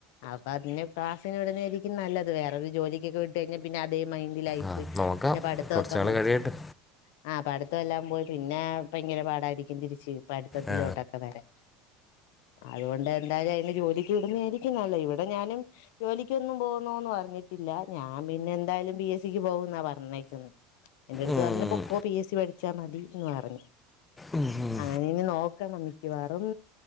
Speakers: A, on the left; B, on the left.
A: അപ്പ അതിനെ ക്ലാസിന് വിടുന്നയിരിക്കും നല്ലത് വേറൊരു ജോലിക്കൊക്കെ വിട്ട് കഴിഞ്ഞാ പിന്നെ അതെ മൈൻഡിൽ ആയി
B: ആ
A: പോയി
B: നോക്കാം
A: പിന്നെ പഠിത്തൊക്കെ
B: കുറച്ച് നാൾ
A: മു
B: കഴിയട്ടെ
A: ആ പടു ത്തൊ എല്ലാം പോയി പിന്നെ ഭയങ്കര പാടായിരിക്കും തിരിച്ചു പടുത്തത്തിലൊട്ടൊക്കെ
B: ആ,
A: വരാൻ അതുകൊണ്ട് എന്തായാലും അയിനെ ജോലിക്ക് വിടുന്നയായിരിക്കും നല്ലേ ഇവിടെ ഞാനും ജോലിക്കൊന്നും പോകുന്നോന്ന് പറഞ്ഞി ട്ടില്ല ഞാൻ പിന്നെ എന്തായാലും പി എസ് സിക്ക് പോകുന്നാ പറഞ്ഞേക്കുന്ന എന്റെ അടുത്ത്
B: ഉം.
A: പറഞ്ഞ് പോക്കോ പി എസ് സി പഠിച്ചാൽ മതി എന്ന് പറഞ്ഞു
B: ഉം ഉം
A: ഞാനിനി നോക്കണം മിക്കവാറും